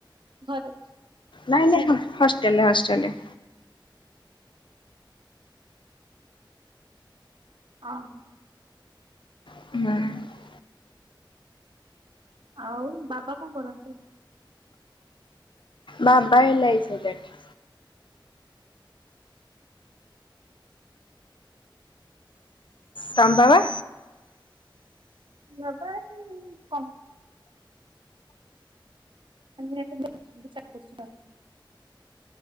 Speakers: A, on the right; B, on the left.
A: ଘରେ ଅଛ।
B: ନାଇଁ ନାଇଁ ମୁ ହଷ୍ଟେଲରେ ହଷ୍ଟେଲରେ।
A: ଓଁହୋ।
B: <unintelligible>
A: ଆଉ ବାବା କଣ କରନ୍ତି?
B: ବାବା ଲ ଆଇ ସି ଏଜେଣ୍ଟ। ତମ୍ ବାବା।
A: ବାବା ଇ କ <unintelligible>